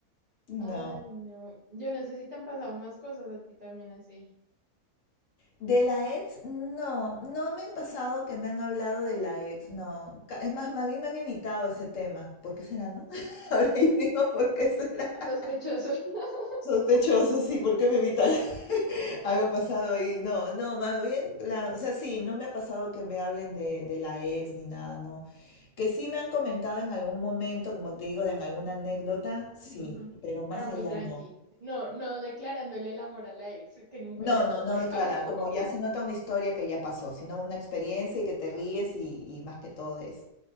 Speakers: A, on the left; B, on the right.
A: No.
B: Ay, no. Yo no sé si te han pasado más cosas a ti también así.
A: De la ex, no, no me han pasado que me han hablado de la ex, no. Ca- Es más, más bien me han evitado ese tema. ¿Por qué será, no? <laughs> Ahora yo digo, ¿por qué será?
B: Sospechoso. <laughs>
A: Sospechoso, sí, porque me evitan <laughs> algo ha pasado y no, no, más bien, la, o sea, sí, no me ha pasado que me hablen de, de la ex ni nada, no. Que sí me han comentado en algún momento, como te digo, de en alguna anécdota, sí,
B: Ujú.
A: pero más
B: Era muy
A: allá
B: tranqui.
A: no.
B: No, no declarándole el amor a la ex que nunca
A: No, no, no
B: <laughs>
A: declara, como ya se nota una historia que ya pasó, sino una experiencia y que te ríes y, y más que todo de eso.